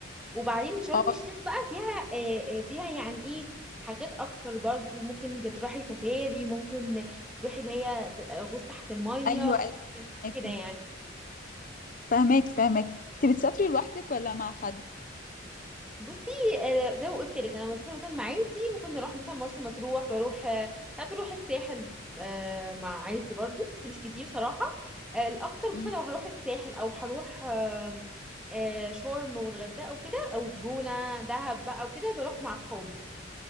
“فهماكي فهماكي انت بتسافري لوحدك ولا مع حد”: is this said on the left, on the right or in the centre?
Left